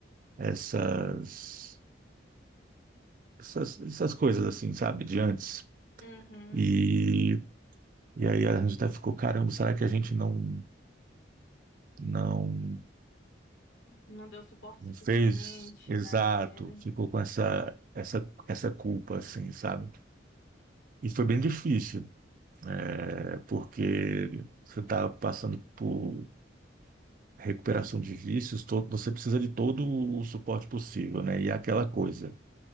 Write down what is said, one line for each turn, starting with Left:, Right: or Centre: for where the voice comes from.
Right: essas, essas, essas coisas, assim, sabe, de antes.
Left: Uhum.
Right: E, e aí a gente até ficou, caramba, será que a gente não. Não
Left: Não deu suporte
Right: Não
Left: suficiente,
Right: fez exato,
Left: né, para ele.
Right: ficou com essa, essa, essa culpa, assim, sabe? E foi bem difícil, é, porque você está passando por recuperação de vícios, to- você precisa de todo o suporte possível, né? E é aquela coisa,